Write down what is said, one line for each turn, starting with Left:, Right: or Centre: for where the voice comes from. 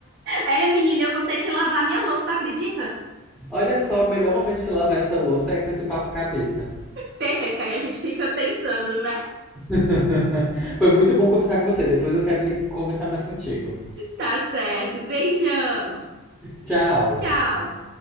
Right: É, menina, eu vou ter que lavar minha louça, tu acredita?
Centre: Olha só, o melhor momento de se lavar essa louça é com esse papo cabeça.
Right: Perfeito, que aí a gente fica pensando, né?
Centre: <laughs> Foi muito bom conversar com você. Depois eu quero li- conversar mais contigo.
Right: Tá certo. Beijão.
Centre: Tchau.
Right: Tchau.